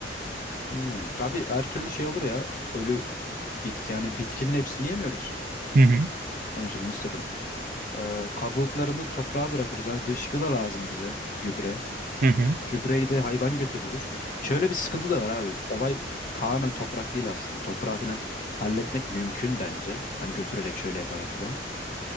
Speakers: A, on the left; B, on the right.
A: Hmm. Abi her türlü şey olur ya. Ölü bitki yani bitkinin hepsini yemiyoruz.
B: Hı hı,
A: Ama mesela mısırın. Ee, kabuklarını toprağa bırakırız. Hani dışkı da lazım bize. Gübre.
B: hı hı,
A: Gübreyi de hayvan götürürüz. Şöyle bir sıkıntı da var abi. Olay tamamen toprak değil aslında. Toprağı falan halletmek mümkün bence. Hani götürerek şöyle yaparak falan.